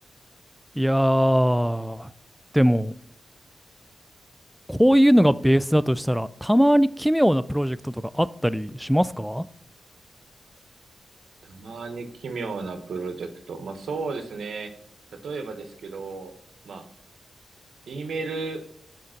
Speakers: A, in the centre; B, on the right.
A: いやー、でも、こういうのがベースだとしたら、たまに奇妙なプロジェクトとかあったりしますかは
B: たまに奇妙なプロジェクト。まあ、そうですね。例えばですけど、まあ、E メール